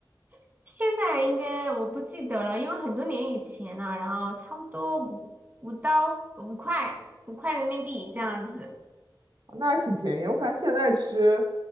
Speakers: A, on the right; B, on the right.
A: <laughs> 现在应该我不记得了，因为很多年以前了，然后差不多五五刀五块五块人民币这样子。
B: 那还挺便宜。我感觉现在吃，